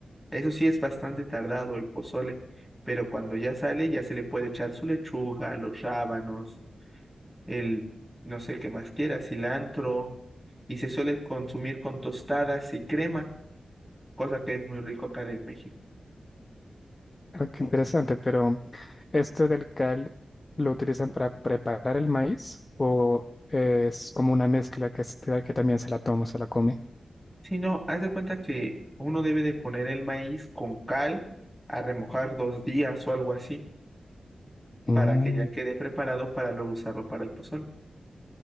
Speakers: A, in the centre; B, on the left.
A: Eso sí es bastante tardado el pozole, pero cuando ya sale ya se le puede echar su lechuga, los rábanos, el no sé qué más quiera, cilantro y se suele consumir con tostadas y crema, cosa que es muy rico acá en México.
B: Ah, qué interesante, pero ¿esto del cal lo utilizan para preparar el maíz o es como una mezcla que, se- que también se la toma, se la come?
A: Si no, haz de cuenta que uno debe de poner el maíz con cal a remojar dos días o algo así
B: Mm.
A: para que ya quede preparado para luego usarlo para el pozol.